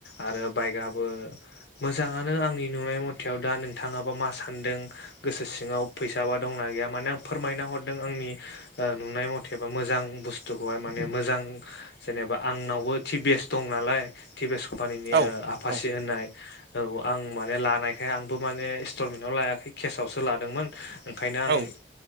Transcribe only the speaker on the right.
औ
औ
औ